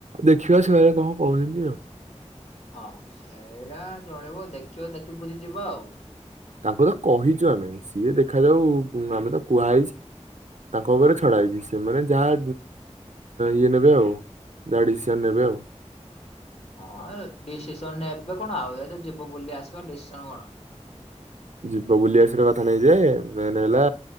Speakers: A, on the right; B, on the left.
A: ଦେଖିବା ସେମାନେ କଣ କୋହୁଛନ୍ତି ଆଉ।
B: ହଁ ସେଇଟା ଚଳିବ ଦେଖିବା ଦେଖି ବୁଝି ଯିବ ଆଉ।
A: ତାଙ୍କୁ ତ କହିଚୁ ଆମେ ସିଏ ଦେଖାଯାଉ ଆମେ ତ କୁହା ହେଇଚି। ତାଙ୍କ
B: ହଁ
A: ଉପରେ ଛଡା ହେଇଚି ସେମାନେ ଯାହା ଇଏ ନେବେ ଆଉ ଯାହା ଡିସିସନ୍ ନେବେ ଆଉ।
B: ହଁ ଡିସିସନ୍ ନେବେ କଣ ଆଉ ଏ ଯିବ ବୋଲି ଆସିବ ଡିସିସନ କଣ।
A: ଯିବ ବୁଲିଆସିବ କଥା ନାଇଁ ଯେ ମେନ୍ ହେଲା